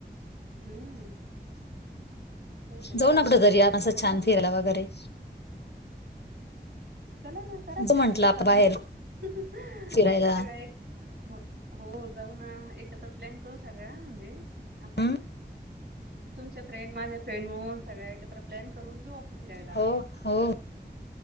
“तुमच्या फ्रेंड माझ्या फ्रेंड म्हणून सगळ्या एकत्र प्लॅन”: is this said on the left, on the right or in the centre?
Right